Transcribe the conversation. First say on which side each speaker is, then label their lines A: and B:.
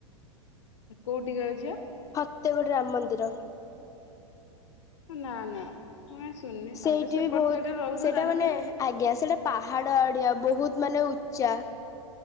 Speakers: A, on the left; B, on the left.
A: କୋଉଠି କା ଝିଅ?
B: ଏ ଗୋଟେ ରାମ ମନ୍ଦିର।
A: ନା ନା। ମୁଁ ଶୁଣିନି
B: ସେଇଠି
A: ତମେ ସେପଟ
B: ବି ବହୁତ
A: ସାଇଡରେ ରହୁଛ
B: ସେଇଟା
A: ଜାଣିଥିବ
B: ମାନେ ଆଜ୍ଞା ସେଇଟା ପାହାଡ ଆଡିଆ ବହୁତ ମାନେ ଉଚ୍ଚା